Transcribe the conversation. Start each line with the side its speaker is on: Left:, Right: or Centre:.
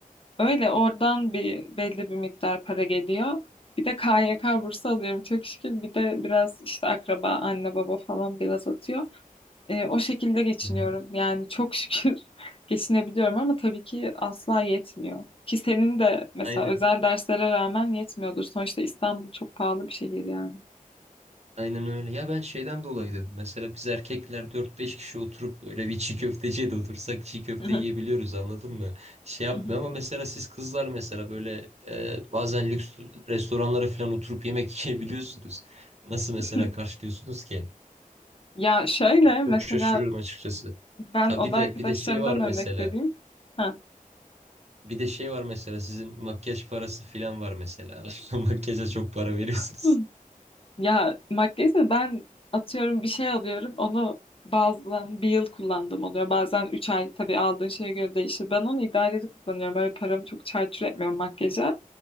Left: Öyle oradan bir belli bir miktar para geliyor. Bir de KYK bursu alıyorum çok şükür. Bir de biraz işte akraba, anne baba falan biraz atıyor. E, o şekilde geçiniyorum.
Right: Hı hı.
Left: Yani çok şükür <laughs> geçinebiliyorum ama tabii ki asla yetmiyor. Ki senin de mesela
Right: Aynen.
Left: özel derslere rağmen yetmiyordur. Sonuçta İstanbul çok pahalı bir şehir yani.
Right: Aynen öyle. Ya ben şeyden dolayı dedim. Mesela biz erkekler dört beş kişi oturup böyle bir çiğ köfteciye de otursak çiğ köfte
Left: Hı hı,
Right: yiyebiliyoruz anladın mı? Şey yapmıyor
Left: hı hı.
Right: ama mesela siz kızlar mesela böyle e, bazen lüks restoranlara falan oturup yemek <laughs> yiyebiliyorsunuz. Nasıl mesela
Left: <laughs>
Right: karşılıyorsunuz ki?
Left: Ya şöyle mesela
Right: Çok şaşırıyorum açıkçası.
Left: ben
Right: Ha
Left: oda
Right: bir de
Left: arkadaşlarımdan
Right: bir de şey var mesela.
Left: örnek vereyim. Ha.
Right: Bir de şey var mesela sizin makyaj parası filan var mesela. <laughs> Makyaja çok para veriyorsunuz.
Left: <clears throat> Hı. Ya makyajı ben atıyorum bir şey alıyorum. Onu bazen bir yıl kullandım oluyor. Bazen üç ay tabii aldığın şeye göre değişir. Ben onu idareli kullanıyorum. Öyle paramı çok çarçur etmiyorum makyaja.